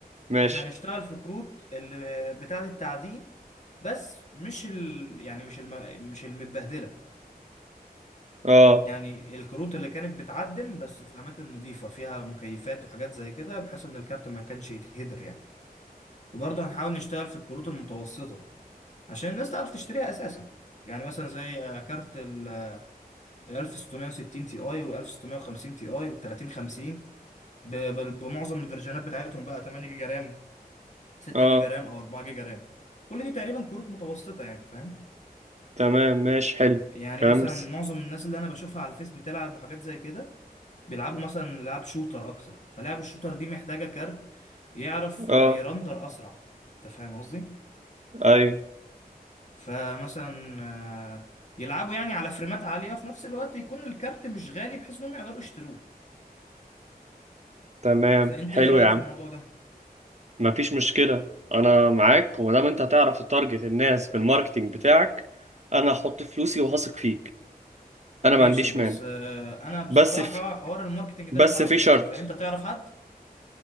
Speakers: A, on the right (about 45°); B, on the left (about 50°).
A: ماشي
B: احنا هنشتغل في كروت اللي بتاعة التعدين بس مش ال... يعني مش الم... مش المتبهدلة
A: اه
B: يعني الكروت اللي كانت بتعدن بس في اماكن نظيفة فيها مكيفات وحاجات زي كده بحيث ان الكارت ما كانش يتهدر يعني وبرضه هنحاول نشتغل في الكروت المتوسطة عشان الناس تعرف تشتريها اساسا يعني مثلا زي آه، كارت ال 1660 تي اي وال 1650 تي اي وال 3050 ب- ب- بمعظم الفيرجنات بتاعتهم بقى 8 جيجا رام 6
A: اه
B: جيجا رام او 4 جيجا رام كل دي تقريبا كروت متوسطه يعني فاهم
A: تمام ماشي حلو
B: يعني
A: كمس
B: مثلا معظم الناس اللي انا بشوفها على الفيس بتلعب وحاجات زي كده بيلعبوا مثلا لعب شوتر اكتر فلعب الشوتر دي محتاجه كارت يعرف
A: اه
B: آه، يرندر اسرع انت فاهم قصدي
A: ايوه
B: فمثلا آه، يلعبوا يعني على فريمات عالية في نفس الوقت يكون الكارت مش غالي بحيث انهم يقدروا يشتروه
A: تمام
B: فانت
A: حلو
B: ايه رأيك
A: يا عم
B: في الموضوع ده
A: مفيش مشكلة انا معاك وما دام انت هتعرف تتارجت الناس بالماركتينج بتاعك انا هحط فلوسي وهثق فيك انا
B: ماشي
A: ما عنديش
B: بس
A: مانع
B: آه، انا بصراحة
A: بس في
B: حوار الماركتنج ده
A: بس
B: انا ما اعرفش
A: في شرط
B: فيه فانت تعرف حد